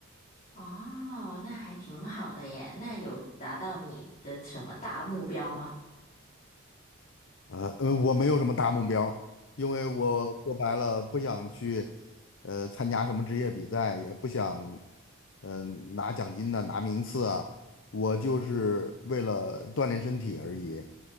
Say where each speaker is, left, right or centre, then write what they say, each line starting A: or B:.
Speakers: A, on the left; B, on the left.
A: 哦，那还挺好的耶。那有达到你的什么大目标吗？
B: 呃呃，我没有什么大目标，因为我说白了不想去，呃，参加什么职业比赛，也不想，嗯、拿奖金呐、拿名次啊，我就是为了锻炼身体而已，